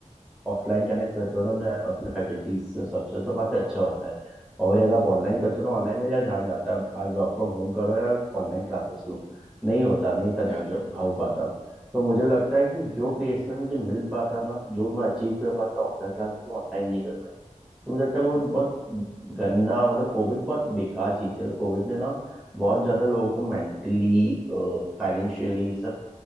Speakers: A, in the centre; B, on the right.
A: ऑफलाइन कनेक्ट करते हो ना अपने अपने फैकल्टीज से सबसे तो काफ़ी अच्छा होता है और वही अगर आप ऑनलाइन करते हो ना ऑनलाइन में ज़्यादा ध्यान जाता है आप आज वर्क फ्रॉम होम कर रहे हो ऑनलाइन क्लासेस लो नहीं होता नहीं इतना
B: नहीं
A: ध्यान जो
B: हो पाता
A: हो पाता तो मुझे लगता है कि जो प्लेसमेंट मुझे मिल पाता ना जो मैं अचीव कर पाता ऑफलाइन क्लासेस में ऑनलाइन नहीं कर पाया तो मुझे लगता है वो बहुत गंदा मतलब कोविड बहुत बेकार चीज थी मतलब कोविड ने ना बहुत ज्यादा लोगों को मेंटली फाइनेंशियली सब